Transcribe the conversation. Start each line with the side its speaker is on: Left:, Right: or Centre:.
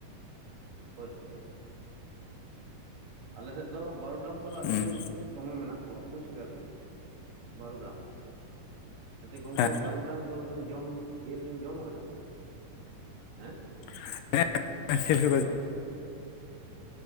Right: ᱦᱳᱭ ᱥᱮ᱾ ᱟᱞᱮ ᱥᱮᱫ ᱫᱚ ᱵᱟᱨᱩᱰᱟᱝ ᱠᱚᱦᱚᱸ ᱟᱹᱰᱤ
Left: ᱦᱩᱸ
Right: ᱡᱳᱨ ᱫᱚᱢᱮ ᱢᱮᱱᱟᱜ ᱠᱚᱣᱟ ᱵᱩᱡᱽ ᱠᱮᱫᱟᱵᱤᱱ ᱵᱟᱨᱩᱰᱟᱝ᱾ ᱟᱪᱪᱷᱟ ᱜᱚᱝᱠᱮ
Left: ᱦᱮᱸ
Right: ᱵᱟᱨᱩᱰᱟᱝ ᱡᱚᱞ ᱵᱤᱱ ᱡᱚᱢ ᱡᱮᱞ ᱵᱤᱱ ᱡᱚᱢ ᱟᱠᱟᱫᱟ? ᱦᱮᱸ
Left: ᱦᱮᱸ <unintelligible>
Right: ᱦᱮᱞᱳ